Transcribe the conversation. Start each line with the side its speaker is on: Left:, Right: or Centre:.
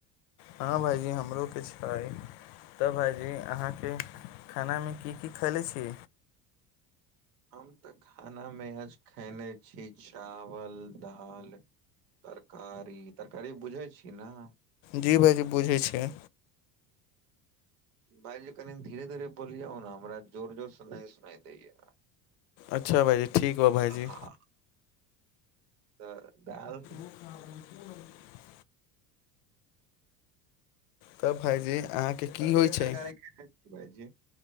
Left: हँ भाइजी हमरो किछु करइ। तऽ भाइजी अहाँके खानामे की की ख लै छी।
Right: हम तऽ खानामे आज खयने छी चावल दालि। तरकारी तरकारी बुझै छी ने।
Left: जी भाइजी बुझैत छी।
Right: भायजी कनि धीरे धीरे बोलिय ओ ने हमरा जोर जोर सुना सुना दैय।
Left: अच्छा भाइजी ठीक हौ भाइजी।
Right: हँ तऽ दाल।
Left: <unintelligible> तब भाईजी अहाँके की
Right: कथी
Left: होइ
Right: के
Left: छै।
Right: तरकारी खेने छी भाईजी